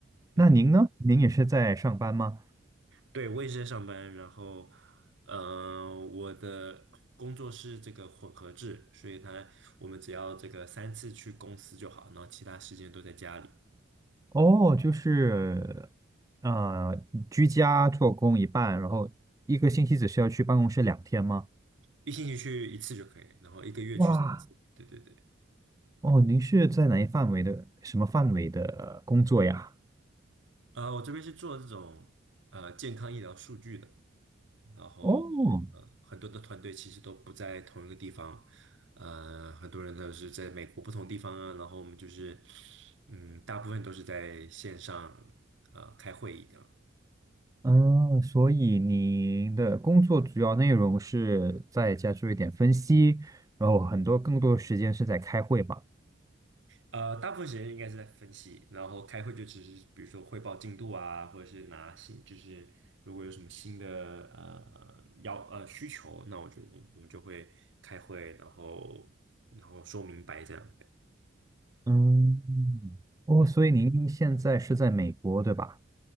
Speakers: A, on the right (about 65°); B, on the right (about 15°).
A: 嗯，
B: 那您呢？您也是在上班吗？
A: 对，我也是在上班，然后，呃，我的工作是这个混合制，所以它我们只要这个三次去公司就好，然后其他时间都在家里，
B: 哦，就是呃，居家做工一半，然后一个星期只需要去办公室两天吗？
A: 一星期去一次就可以，然后一个月去三次。
B: 哇，
A: 对对对，
B: 哦，您是在哪一范围的，什么范围的工作呀？
A: 呃，我这边是做这种呃健康医疗数据的，然后呃，
B: 哦，
A: 很多的团队其实都不在同一个地方，呃，很多人都是在美国不同地方啊，然后我们就是，嗯，大部分都是在线上呃开会议样，
B: 嗯，所以你的工作主要内容是在家做一点分析，然后很多更多的时间是在开会吧？
A: 呃，大部分时间应该是在分析，然后开会就只是比如说汇报进度啊，或者是拿新，就是如果有什么新的呃要呃需求，那我就我们就会开会，然后然后说明白这样的，
B: 嗯，哦，
A: 嗯，
B: 所以您现在是在美国，对吧？